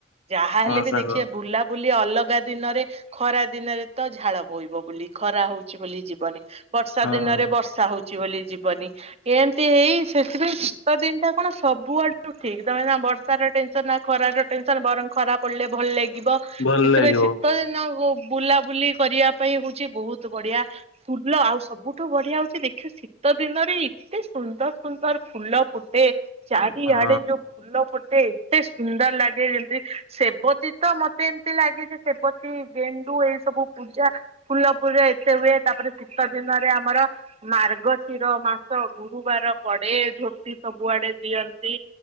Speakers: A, on the right; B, on the left.
A: ଯାହା ହେଲେ
B: ହଁ
A: ବି
B: ସାଙ୍ଗ
A: ଦେଖିବା ବୁଲା ବୁଲି ଅଲଗା ଦିନରେ ଖରା ଦିନରେ ତ ଝାଳ ବୋଇବ ବୋଲି ଖରା ହଉଛି ବୋଲି ଯିବନି। ବର୍ଷା
B: ହଁ
A: ଦିନରେ ବର୍ଷା ହଉଛି।। <inaudible> ବୋଲି ଯିବନି ଏମିତି ହେଇ ସେଥିପାଇଁ ଶୀତ ଦିନଟା କଣ ସବୁଆଡୁ ଠିକ୍ ତମେ ନା ବର୍ଷାର ଟେନସନ ନା ଖରାର ଟେନସନ ବରଂ ଖରାପ ପଡ଼ିଲେ ଭଲ ଲାଗି ଲାଗିବ
B: ଭଲ
A: ସେଥିପାଇଁ
B: ଲାଗିବ
A: ଶୀତ ଦିନ କୁ ବୁଲାବୁଲି କରିବା ପାଇଁ ହଉଛି ବହୁତ ବଢିଆ ଫୁଲ ଆଉ ସବୁଠୁ ବଢିଆ ହଉଛି ଦେଖିବା ଶୀତ ଦିନରେ ଏତେ ସୁନ୍ଦର ସୁନ୍ଦର ଫୁଲ ଫୁଟେ।। ଚାରି
B: ହଁ
A: ଆଡେ ଯୋଉଁ ଫୁଲ ଫୁ ମତେ ଏତେ ସୁନ୍ଦର ଲାଗେ ଯେମିତି ସେବତୀ ତ ମତେ ଏମିତି ଲାଗେ ଯେ ସେବତୀ ଗେଣ୍ଡୁ ଏଇ ସବୁ ପୂଜା ଫୁଲ ପୂଜା ଏତେ ହୁଏ ତାପରେ ଶୀତ ଦିନରେ ଆମର ମାର୍ଗଶିର ମାସ ଗୁରୁବାର ପଡେ ଝୋଟି ସବୁଆଡେ ଦିଅନ୍ତି।